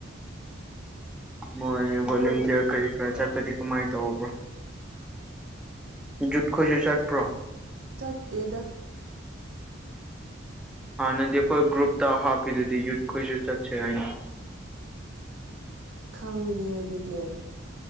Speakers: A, in the centre; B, on the right.
A: ꯃꯣꯏ
B: ꯑꯗꯨꯝ
A: ꯚꯣꯂꯨꯟꯇꯤꯌꯥꯔ ꯀꯔꯤ ꯀꯔꯥ ꯆꯠꯄꯗꯤ ꯀꯃꯥꯏꯅ ꯇꯧꯕ꯭ꯔꯣ ꯖꯨꯠ ꯈꯣꯏꯁꯨ ꯆꯠꯄ꯭ꯔꯣ
B: ꯆꯠꯇꯦꯗ
A: ꯍꯥꯟꯅꯗꯤ ꯑꯩꯈꯣꯏ ꯒ꯭ꯔꯨꯞꯇ ꯍꯥꯞꯄꯤꯗꯨꯗꯤ ꯌꯨꯠꯈꯣꯏꯁꯨ ꯆꯠꯁꯦ ꯍꯥꯏꯅ
B: ꯈꯪꯗꯦ ꯑꯗꯨꯗꯤ